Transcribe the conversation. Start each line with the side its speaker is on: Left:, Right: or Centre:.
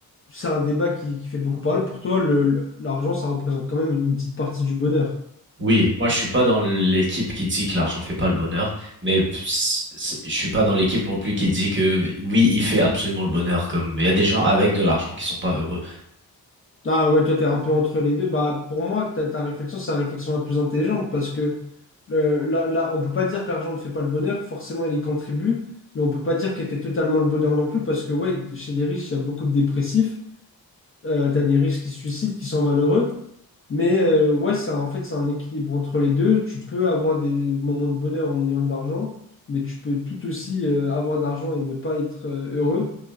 Left: c'est un débat qui, qui fait beaucoup parler. Pour toi, le, le- l'argent, ça représente quand même une petite partie du bonheur.
Right: Oui, moi je suis pas dans l'équipe qui dit que l'argent fait pas le bonheur, mais c- c- je suis pas dans l'équipe non plus qui dit que oui, il fait absolument le bonheur. Comme il y a des gens avec de l'argent qui sont pas heureux.
Left: Ah ouais, toi, t'es un peu entre les deux. Bah, pour moi, ta, ta réflexion, c'est la réflexion la plus intelligente parce que euh, là, là, on peut pas dire que l'argent ne fait pas le bonheur. Forcément, il y contribue, mais on peut pas dire qu'il fait totalement le bonheur non plus parce que, ouais, chez les riches, il y a beaucoup de dépressifs. Euh, t'as des riches qui se suicident, qui sont malheureux. Mais euh, ouais, c'est en fait, c'est un équilibre entre les deux. Tu peux avoir des moments de bonheur en ayant de l'argent, mais tu peux tout aussi euh, avoir de l'argent et ne pas être euh, heureux.